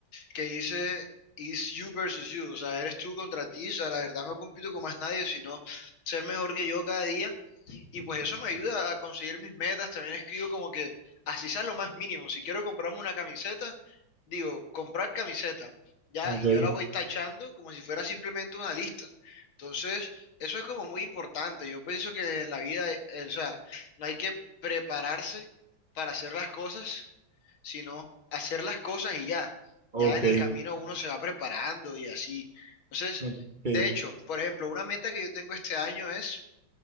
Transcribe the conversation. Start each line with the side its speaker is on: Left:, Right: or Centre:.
Left: que dice... Is you versus you, o sea, eres tú contra ti, o sea, la verdad no compito con más nadie, sino ser mejor que yo cada día y pues eso me ayuda a conseguir mis metas. También escribo como que así sea lo más mínimo. Si quiero comprarme una camiseta, digo, comprar camiseta. Ya,
Right: Ok,
Left: y yo la voy tachando como si fuera simplemente una lista. Entonces, eso es como muy importante. Yo pienso que en la vida, eh, o sea, no hay que prepararse para hacer las cosas, sino hacer las cosas y ya.
Right: ok,
Left: Ya en el camino uno se va preparando y así. Entonces,
Right: ok,
Left: de hecho, por ejemplo, una meta que yo tengo este año es